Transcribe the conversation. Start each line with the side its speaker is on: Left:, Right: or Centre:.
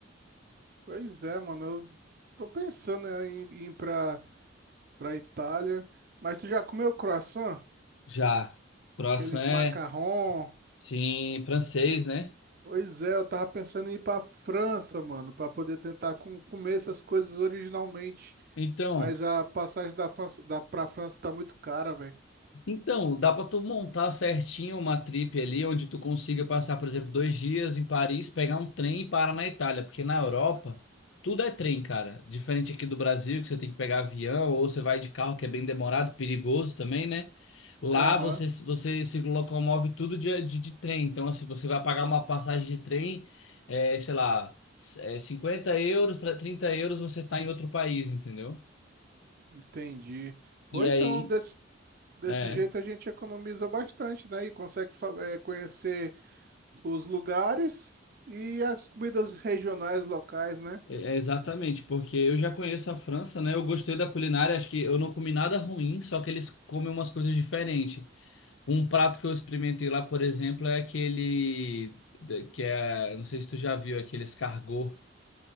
Right: Pois é, mano. Eu tô pensando né, em, em ir pra, pra Itália. Mas tu já comeu croissant?
Left: Já. Croissant
Right: Aqueles
Left: é.
Right: macarrão.
Left: Sim, francês, né?
Right: Pois é, eu tava pensando em ir pra França, mano, pra poder tentar com- comer essas coisas originalmente.
Left: Então,
Right: Mas a passagem da França, da, pra França tá muito cara, velho.
Left: então dá para tu montar certinho uma trip ali onde tu consiga passar, por exemplo, dois dias em Paris, pegar um trem e parar na Itália, porque na Europa tudo é trem, cara. Diferente aqui do Brasil, que você tem que pegar avião ou você vai de carro, que é bem demorado, perigoso também, né? Lá
Right: Aham,
Left: você, você se locomove tudo de, de, de trem. Então, assim, você vai pagar uma passagem de trem, é, sei lá, é, 50 euros, 30 euros, você tá em outro país, entendeu?
Right: entendi. Pô,
Left: E
Right: então
Left: aí
Right: desse, desse
Left: É,
Right: jeito a gente economiza bastante, né? E consegue fa- eh, conhecer os lugares e as comidas regionais locais, né?
Left: é é exatamente, porque eu já conheço a França, né? Eu gostei da culinária, acho que eu não comi nada ruim, só que eles comem umas coisas diferentes. Um prato que eu experimentei lá, por exemplo, é aquele da- que é, não sei se tu já viu, aquele escargot.